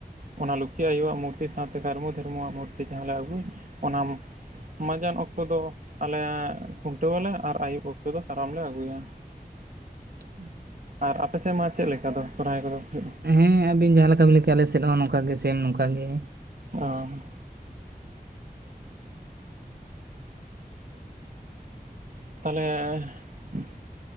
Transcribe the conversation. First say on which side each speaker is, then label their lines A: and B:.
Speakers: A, on the right; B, on the right.
A: ᱚᱱᱟ ᱞᱚᱠᱷᱤ ᱟᱭᱳᱣᱟᱜ ᱢᱩᱨᱛᱤ ᱥᱟᱶᱛᱮ ᱠᱟᱨᱢᱩ ᱫᱷᱟᱨᱢᱩᱣᱟᱜ ᱢᱩᱨᱛᱤ ᱡᱟᱦᱟᱸᱞᱮ ᱟᱹᱜᱩᱭ, ᱚᱱᱟ ᱢᱟᱸᱡᱟᱱ ᱚᱠᱛᱚ ᱫᱚ ᱟᱞᱮ ᱠᱷᱩᱱᱴᱟᱹᱣᱟᱞᱮ ᱟᱨ ᱟᱹᱭᱩᱵ ᱚᱠᱛᱚ ᱫᱚ ᱠᱟᱨᱟᱢ ᱞᱮ ᱟᱹᱜᱩᱭᱟ᱾ <unintelligible>
B: ᱦᱮᱸ <inaudible>
A: ᱟᱨ ᱟᱯᱮ ᱥᱮᱫ ᱢᱟ ᱪᱮᱫ ᱞᱮᱠᱟ ᱫᱚ ᱥᱚᱨᱟᱦᱟᱭ ᱠᱚᱫᱚ ᱦᱩᱭᱩᱜᱼᱟ᱾
B: ᱦᱮᱸ ᱟᱵᱤᱱ ᱡᱟᱦᱟᱸ ᱞᱮᱠᱟᱵᱤᱱ ᱞᱟᱹᱭ ᱠᱮᱜ ᱟᱞᱮᱥᱮᱫ ᱦᱚᱸ ᱱᱚᱝᱠᱟ ᱜᱮ ᱥᱮᱢ ᱱᱚᱝᱠᱟ ᱜᱮ
A: ᱚᱸ ᱛᱟᱞᱦᱮ